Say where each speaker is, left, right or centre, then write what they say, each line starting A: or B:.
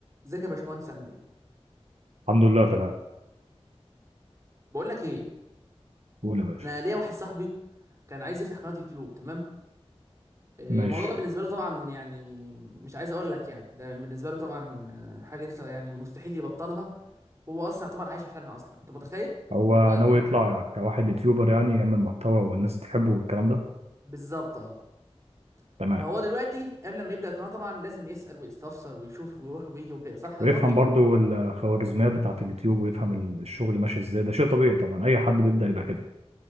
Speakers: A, on the right; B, on the right.
A: ازيك يا باشمهندس عامل ايه
B: الحمد لله تمام
A: بقول لك ايه
B: قول يا باشا
A: انا ليا واحد صاحبي كان عايز يفتح قناه يوتيوب تمام إيه،
B: ماشي
A: الموضوع ده بالنسبه له طبعا يعني مش عايز اقول لك يعني ده بالنسبه له طبعا آه، حاجه دي يعني مستحيل يبطلها وهو اصلا يعتبر عايش عشانها اصلا انت متخيل
B: هو
A: الموضوع قد
B: ناوي
A: ايه
B: يطلع
A: معاه
B: كواحد يوتيوبر يعني يعمل محتوى والناس تحبه والكلام ده
A: بالظبط اه
B: تمام
A: فهو دلوقتي قبل ما يبدا القناه طبعا لازم يسال ويستفسر ويشوف ويروح ويجي وكده صح
B: ويفهم
A: ده طبيعي
B: برضو الخوارزميات بتاعة اليوتيوب ويفهم ال- الشغل ماشي ازاي ده شيء طبيعي طبعا اي حد بيبدأ يبقى كده